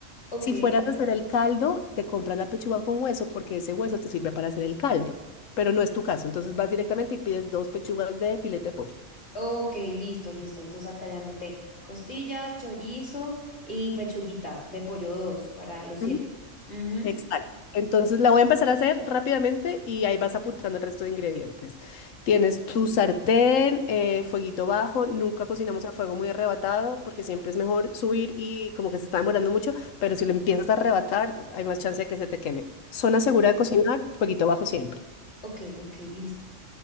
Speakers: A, on the left; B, on the left.
A: Ok.
B: Si fueras a hacer el caldo, te compras la pechuga con hueso porque ese hueso te sirve para hacer el caldo, pero no es tu caso. Entonces vas directamente y pides dos pechugas de filete de pollo.
A: Ok, listo, listo. Entonces acá ya anoté costillas, chorizo y pechuguita de pollo 2 para los siete.
B: ¿Mm?
A: Ujú.
B: Exacto. Entonces la voy a empezar a hacer rápidamente y ahí vas apuntando el resto de ingredientes. Tienes tu sartén, eh, fueguito bajo. Nunca cocinamos a fuego muy arrebatado porque siempre es mejor subir y como que se está demorando mucho, pero si lo empiezas a arrebatar hay más chance de que se te queme. Zona segura de cocinar, fueguito bajo siempre.
A: Ok, ok, listo.